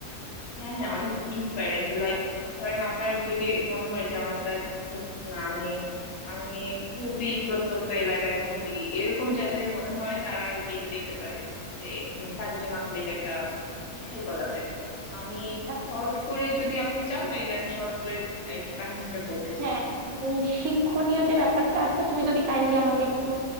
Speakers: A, on the left; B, on the right.
A: হ্যাঁ হ্যাঁ অনেক ইন্সপায়ারিং লাইক ধরেন আপনার যদি মনে হয় যে আমার দ্বারা কিছু হচ্ছে না আমি আমি খুবই প্রত্যন্ত এলাকায় থাকি এরকম যাদের মনে হয় তারা আর কি এটা দেখতে পারে যে উম, তাদের জন্য আসলে এটা একটা শিক্ষাই বলা যায় আমি
B: আচ্ছা
A: শর্ট করে যদি আপনি চান তাইলে আমি শর্ট করে আহ, একটু কাহিনীটা বলতে চাই
B: হ্যাঁ মানে এই শিক্ষণীয় যে ব্যাপারটা আছে তুমি যদি কাইন্ডলি আমাকে একটু